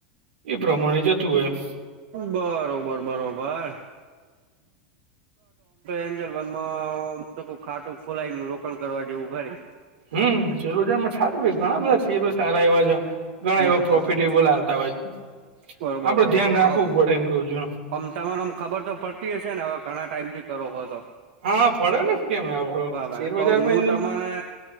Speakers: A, on the right; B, on the right.
A: એ પ્રમાણે જતું હોય એમ.
B: બરોબર બરોબર. એન્જલ વનમાં હું તો કઉં ખાતું ખોલાય રોકાણ કરવા જેવું હોય.
A: હમ શેર બજારમાં સારું છે ઘણા બધા શેરો સારા એવા છે. ઘણા
B: હમ
A: એવા પ્રોફિટ એ બોલ આલતા હોય છે
B: બરોબર
A: આપડે
B: બરોબર
A: ધ્યાન રાખવું
B: આમ
A: પડે એમ રોજે
B: આમ તમારે આમ ખબર તો પડતી હશે ને હવે ઘણા ટાઈમ થી કરો હો તો.
A: હા પડે ને. કેમ ના પડો
B: બરાબર
A: શેર
B: તો
A: બજારમાં
B: હું
A: એ
B: તમને
A: જો